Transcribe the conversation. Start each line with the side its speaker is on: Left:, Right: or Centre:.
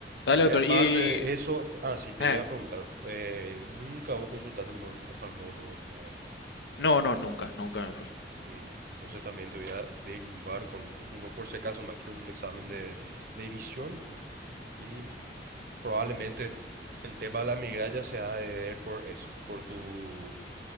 Left: Dale,
Right: Y
Left: doctor.
Right: aparte
Left: Y...
Right: de eso, ah, sí, te
Left: eh,
Right: iba a preguntar, eh, nunca vos consultaste a un oftalmólogo ni nada de eso, ¿verdad?
Left: No, no, nunca, nunca me fui.
Right: Mm. Entonces también te voy a derivar con uno por si acaso, me quiero un examen de, de visión y Probablemente el tema de la migraña se ha de ver por eso, por tu,